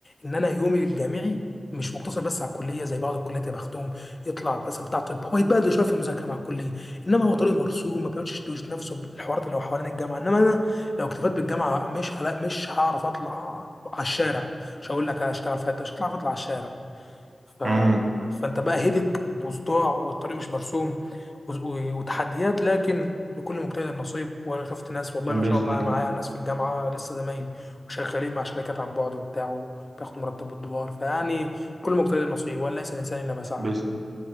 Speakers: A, on the left (about 40°); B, on the right (about 65°).
A: ان انا يومي الجامعي مش مقتصر بس على الكليه زي بعض الكليات يا بختهم يطلع مثلا بتاع طب هو يتبهدل شويه في المذاكره مع الكليه انما هو طريق مرسوم ما بيقعدش يشتوش نفسه بالحوارات اللي هو حوالين الجامعه انما انا لو اكتفيت بالجامعه مش هلا مش هعرف اطلع على الشارع مش هقول لك هشتغل في حته مش هطلع اطلع على الشارع ف...
B: امم
A: فانت بقى هدك وصداع والطريق مش مرسوم و... و... وتحديات لكن لكل مجتهد نصيب وانا شفت ناس والله
B: باذن
A: ما شاء الله أنا
B: الله
A: معايا ناس في الجامعه لسه زمايلي وشغالين مع شركات عن بعد وبتاع وبياخدوا مرتب بالدولار فيعني كل مجتهد نصيب وليس الانسان الا ما سعى
B: باذن